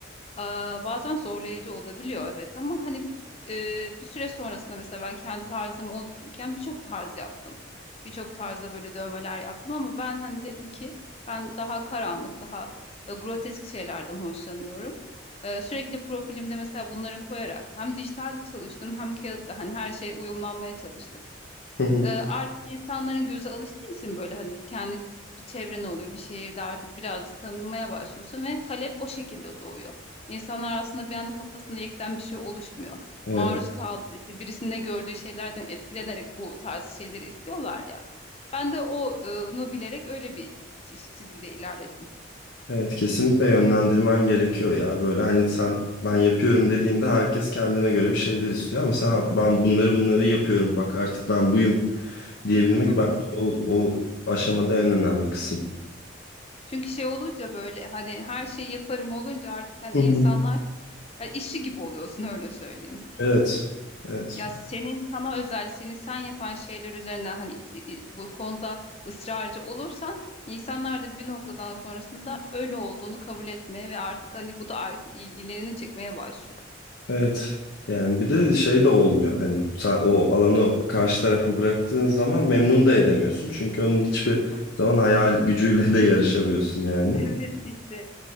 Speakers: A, on the left; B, on the left.
A: Aa, bazen zorlayıcı olabiliyor evet ama hani e, bir süre sonrasında mesela ben kendi tarzımı oluştururken birçok tarz yaptım. Birçok tarzda böyle dövmeler yaptım ama ben hani dedim ki ben daha karanlık, daha e, grotesk şeylerden hoşlanıyorum. E, sürekli profilimde mesela bunları koyarak hem dijitalde çalıştım hem kağıtta hani her şeye uyumlanmaya çalıştım.
B: Hı hı.
A: Ee, artık insanların gözü alıştığı için böyle hani kendi bir çevren oluyor bir şehirde artık birazcık tanınmaya başlıyorsun ve talep o şekilde doğuyor. İnsanlar aslında bir anda kafasında yekten bir şey oluşmuyor.
B: Evet,
A: Maruz kaldı işte birisinde gördüğü şeylerden etkilenerek bu tarz şeyleri istiyorlar ya. Ben de o, e, onu bilerek öyle bir çiz- çizgide ilerledim.
B: evet kesinlikle yönlendirmen gerekiyor ya. Böyle hani sen ben yapıyorum dediğinde herkes kendine göre bir şeyler istiyor ama sen ben bunları bunları yapıyorum bak artık ben buyum diyebilmek
A: <laughs>
B: bence o, o aşamada en önemli kısım.
A: Çünkü şey olunca böyle hani her şeyi yaparım olunca artık hani
B: Hı
A: insanlar
B: hı.
A: ya işi gibi oluyorsun öyle söyleyeyim.
B: Evet. Evet.
A: Ya senin sana özel seni sen yapan şeyler üzerine hani i- i- bu konuda ısrarcı olursan insanlar da bir noktadan sonrasında öyle olduğunu kabul etmeye ve artık hani bu da artık ilgilerini çekmeye başlıyor.
B: Evet. Yani bir de şey de olmuyor. Hani sen o alanı karşı tarafa bıraktığın zaman memnun da edemiyorsun. Çünkü onun hiçbir zaman hayal gücüyle de yarışamıyorsun yani.
A: <laughs> Evet işte.